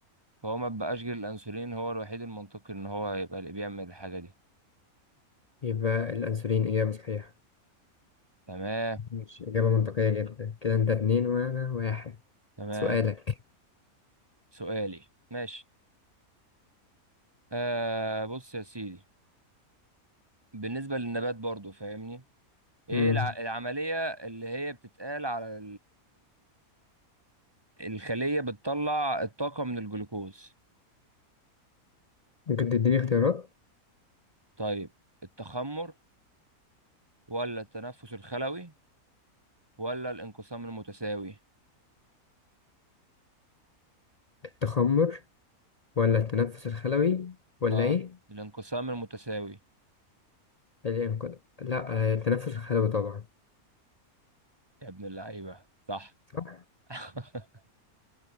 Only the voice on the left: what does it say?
يبقى الأنسولين إجابة صحيحة
مش إجابة منطقية جدا كده أنت اتنين وأنا واحد
سؤالك
مم.
ممكن تديني اختيارات
التخمر ولا التنفس الخلوي ولا
إيه
الإنقاذ لا آه، التنفس الخلوي طبعا
صح